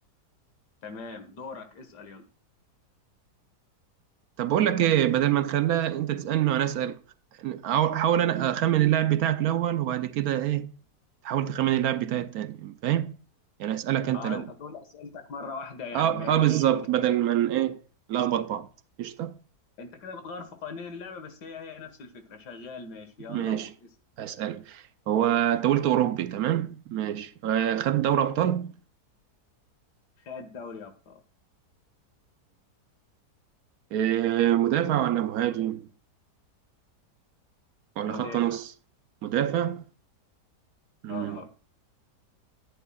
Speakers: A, on the left (about 75°); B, on the right (about 65°).
A: تمام دورك اسال يلا
B: طب بقول لك إيه بدل ما نخليها أنت تسألني وأنا أسأل أو- حاول أنا أخمن اللاعب بتاعك الأول وبعد كده إيه تحاول تخمن اللاعب بتاعي التاني فاهم؟ يعني أسألك أنت
A: اه
B: الأول
A: انت تقول اسئلتك مره واحده يعني
B: أه
A: ماشي
B: أه بالظبط
A: انت
B: بدل ما ن- إيه نلخبط بعض قشطة
A: انت كده بتغير في قوانين اللعبه بس هي هي نفس الفكره شغال ماشي
B: ماشي
A: يلا قول اسم.
B: أسأل هو أنت قلت أوروبي تمام ماشي آه، خد دوري أبطال
A: خد دوري ابطال
B: آه، مدافع ولا مهاجم ولا
A: مدافع
B: خط نص مدافع مم.
A: اه